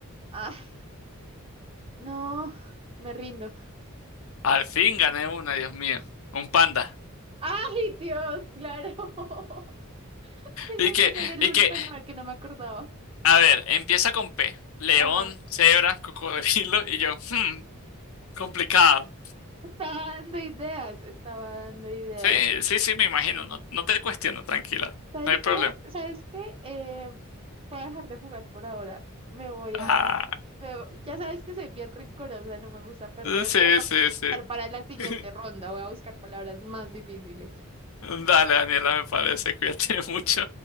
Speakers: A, on the right; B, on the left.
A: Ah, no, me rindo.
B: Al fin gané una, Dios mío. Un panda.
A: ¡Ay, Dios! Claro. <laughs> Tenía
B: Y que,
A: que ser el
B: y
A: único
B: que,
A: animal que no me acordaba.
B: a ver, empieza con P. León,
A: Ajá.
B: cebra, cocodrilo. Y yo, hmm, complicado.
A: Estaba dando ideas, estaba dando ideas.
B: Sí, sí, sí, me imagino. No, no te cuestiono, tranquila.
A: ¿Sabes
B: No hay problema.
A: qué? ¿Sabes qué? Eh, voy a dejar de jugar por ahora. Me voy
B: Ah,
A: a... me vo- ya sabes que soy bien rencorosa, no me gusta perder,
B: sí,
A: pero me voy
B: sí, sí.
A: a buscar para la siguiente
B: <laughs>
A: ronda. Voy a buscar palabras más difíciles.
B: Dale, Daniela, me parece. Cuídate mucho.